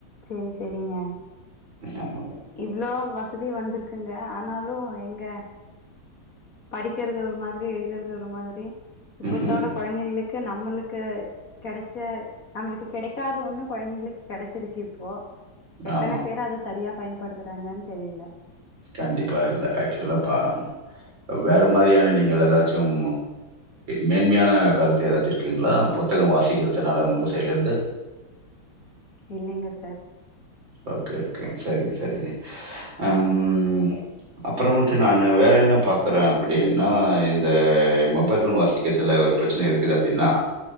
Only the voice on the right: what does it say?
ஆமாங்க.
ம்ஹும்.
ஆமா.
கண்டிப்பா இல்ல ஆக்சுவ்லா ப வேற மாதிரியான நீங்கள் எதாச்சும் மேன்மையான கருத்து எதாச்சும் இருக்குங்ளா புத்தக வாசிக்கிறச்சன்னால உங்க சைட்ல இருந்து
ஓகே ஓகே சரிங்க சரிங்க ம் அப்பறமட்டு நா வேற என்ன பாக்குறே அப்டின்னா இந்த மொபைல் ஃபோன் வாசிக்கத்துல ஒரு ப்ரச்சன இருக்குது அப்டின்னா